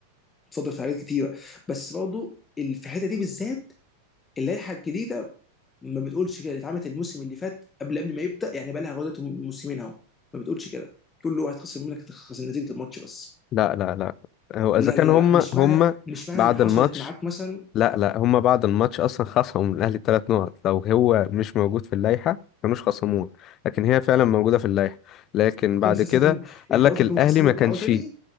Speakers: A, on the left; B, on the left.
A: متفضل في حاجات كتيره بس برضه ال- في الحته دي بالذات اللائحه الجديده ما بتقولش كده اللي اتعملت الموسم اللي فات قبل قبل ما يبدا يعني بقى لها غلطه موسمين اهو ما بتقولش كده تقول له هتخسر منك تخسر نتيجه الماتش بس
B: لا لا لا هو اذا
A: لا
B: كان
A: لا لا
B: هم
A: لا مش
B: هم
A: معنى مش معنى
B: بعد
A: ان حصلت
B: الماتش
A: معاك مثلا
B: لا لا هم بعد الماتش اصلا خصموا الاهلي ثلاث نقط لو هو مش موجود في اللائحه كانوش خصموه لكن هي فعلا موجوده في اللائحه لكن
A: استنى
B: بعد
A: استنى
B: كده
A: استنى
B: قال
A: انت
B: لك
A: قصدك
B: الاهلي
A: انهم خصموه
B: ما
A: ورجعوه
B: كانش
A: تاني؟